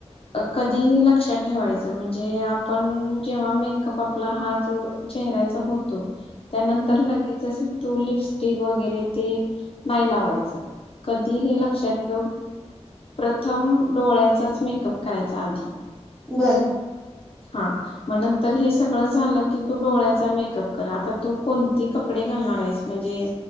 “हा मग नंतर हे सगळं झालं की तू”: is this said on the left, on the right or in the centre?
Left